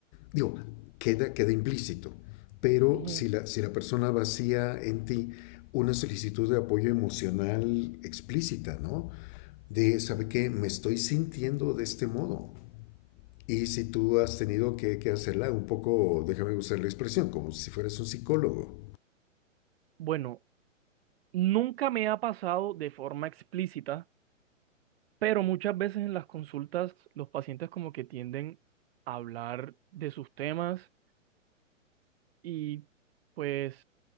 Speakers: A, on the left (about 35°); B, on the right (about 50°).
A: digo, queda, queda implícito. Pero
B: Ujú.
A: si la, si la persona vacía en ti una solicitud de apoyo emocional explícita, ¿no? de, ¿sabe qué? Me estoy sintiendo de este modo. Y si tú has tenido que, que hacerla un poco, déjame usar la expresión, como si fueras un psicólogo.
B: Bueno, nunca me ha pasado de forma explícita Pero muchas veces en las consultas los pacientes como que tienden a hablar de sus temas y pues